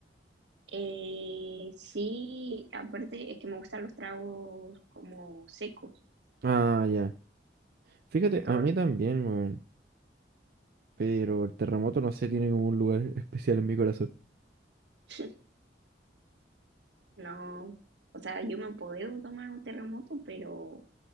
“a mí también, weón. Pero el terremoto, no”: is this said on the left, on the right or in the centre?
Right